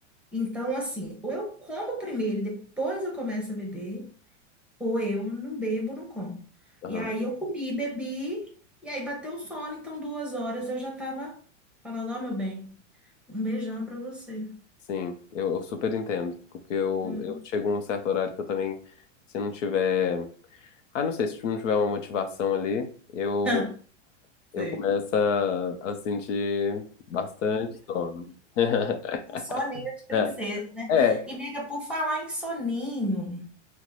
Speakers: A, in the centre; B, on the left.
A: Então, assim, ou eu como primeiro e depois eu começo a beber, ou eu não bebo, não como.
B: aham,
A: E aí eu comi, bebi, e aí bateu o sono, então duas horas eu já tava falando, ó, meu bem, um beijão pra você.
B: sim. Eu, eu super entendo, porque eu,
A: Hum.
B: eu chego a um certo horário que eu também, se não tiver... Ah, não sei, se não tiver uma motivação ali, eu,
A: <laughs>
B: eu
A: Sei.
B: começo a, a sentir bastante sono. <laughs>
A: Um soninho de princesa,
B: É,
A: né?
B: é.
A: E, nega, por falar em soninho,